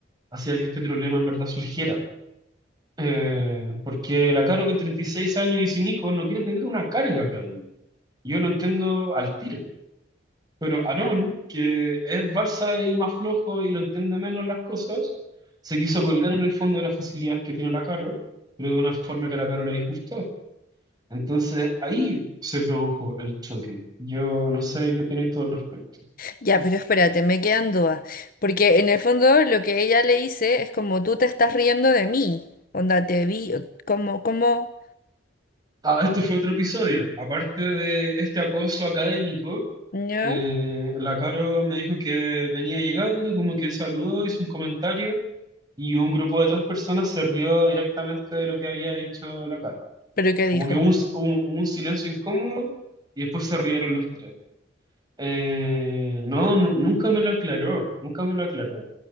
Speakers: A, on the right; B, on the left.
A: hacía que este problema en verdad surgiera. Eh, porque la Caro con 36 años y sin hijos no quiere tener una carga académica. Yo lo entiendo al tiro. Pero Aarón, que es Barça y más flojo y lo entiende menos las cosas, se quiso colgar en el fondo de las facilidades que tiene la Caro, pero de una forma que a la Caro le disgustó. Entonces ahí se produjo el choque. Yo no sé qué opináis todo al respecto.
B: Ya, pero espérate, me quedan dudas. Porque en el fondo lo que ella le dice es como tú te estás riendo de mí. Onda, te vi, como, como,
A: Ah, este fue otro episodio. Aparte de este acoso académico,
B: ¿ya?
A: eh, la Caro me dijo que venía llegando, como que saludó, hizo un comentario y un grupo de tres personas se rió directamente de lo que había dicho la Caro.
B: ¿Pero qué dijo?
A: Como que hubo un, hubo un silencio incómodo y después se rieron los tres. Eh, no, nu- nunca me lo aclaró, nunca me lo aclaró.